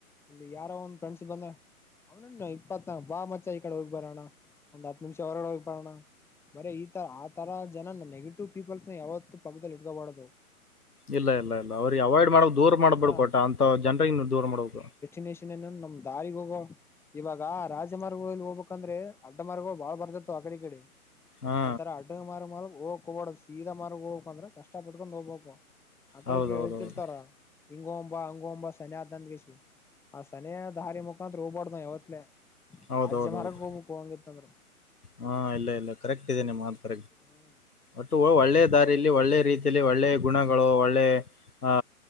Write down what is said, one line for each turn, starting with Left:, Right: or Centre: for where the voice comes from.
Centre: ಇಲ್ಲಿ ಯಾರೋ ಒಂದ ಫ್ರೆಂಡ್ಸ್ ಬಂದ್ರ ಅವನೇನು ಇಪ್ಪತ್ನಾಕ ಬಾ ಮಚ್ಚ ಈ ಕಡೆ ಹೋಗ್ ಬರೋಣ ಒಂದ್ ಹತ್ ನಿಮಿಷ ಹೊರಗಡೆ ಹೋಗ್ ಬರೋಣ ಬರೇ ಈ ತರ ಆ ತರ ಜನ ನೆಗೆಟಿವ್ ಪೀಪಲ್ಸ್ ನ ಯಾವತ್ತು ಪಕ್ಕದಲ್ಲಿ ಇಟ್ಕೋಬಾರದು
Left: ಇಲ್ಲ ಇಲ್ಲ ಇಲ್ಲ ಅವ್ರಿಗೆ ಅವಾಯ್ಡ್ ಮಾಡ ದೂರ ಮಾಡ್ಬೇಡ್
Centre: ಹಾ
Left: ಕೊಟ್ಟ ಅಂತ ಜನ್ರ ದೂರ ಮಾಡ್ಬೇಕು.
Centre: ರಾಮೇಶನ್ನ ನಮ್ ದಾರಿಗೆ ಹೋಗು -ಮಿ- ಇವಾಗ ರಾಜಮಾರ್ಗದಲ್ಲಿ ಹೋಗ್ಬೇಕಂದ್ರೆ ಅಡ್ಡಮಾರ್ಗವ ಬಾಳ ಬರ ತೀರ ಆಕಡೆ ಈಕಡೆ.
Left: ಹಾ
Centre: ಆತರ ಅಡ್ಡ ಮಾರ್ ಮಾರ್ಗ್ ಹೋಗಾ ಕೆ ಹೋಗಬಾರದು ಅಂದ್ರೆ ಸೀದಾ ಮಾರ್ಗ್ ಹೋಗ್ ಬೇಕು ಅಂದ್ರ ಕಷ್ಟ ಪಟ್ಕೊಂಡ್ ಹೋಗ್ಬಬೇಕು ಆಕಡೆ
Left: ಹೌದೌದೌದು
Centre: ಈ ಕಡೆ ಹೇಳ್ತಿರ್ತಾರ ಹಂಗ ಹೋಗೋಣ ಬಾ ಹಿಂಗ ಹೋಗೋಣ ಬಾ ಸನಿ ಅಗತೇತಿ ಅಂದ ಕ್ಯಾಶಿ. ಆ ಸನಯ ದಾರಿ ಮುಖಾಂತರಾ ಹೋಗಬಾರದು ಯಾವತ್ಲೆ
Left: ಹೌದ
Centre: ರಾಜ್ಯ
Left: ಹೌದ
Centre: ಮಾರ್ಗ
Left: ಹೌದು
Centre: ಹೋಗ್ಬೇಕು ಹಂಗಿತ್ತಂದ್ರ
Left: ಹಾ ಇಲ್ಲ ಇಲ್ಲ ಕರೆಕ್ಟ್ ಇದೆ ನಿಮ್ಮ ಮಾತ
Centre: ಹ್ಮ್
Left: ಒಟ್ಟು ಒಳ್ಳೆ ದಾರಿಯಲ್ಲಿ
Centre: ಅವಾಗ್ಲೇ
Left: ಒಳ್ಳೆ ರೀತಿಯಲ್ಲಿ ಒಳ್ಳೆ ಗುಣ ಒಳ್ಳೆ ಆ